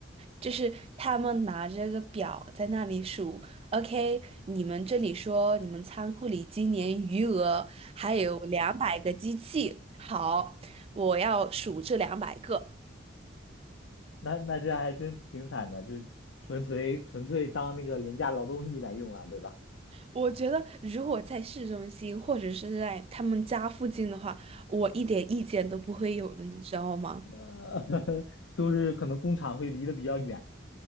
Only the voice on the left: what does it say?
那那这还真挺惨的，就纯粹纯粹当那个廉价劳动力来用了，对吧？
呃，<laughs> 就是可能工厂会离得比较远。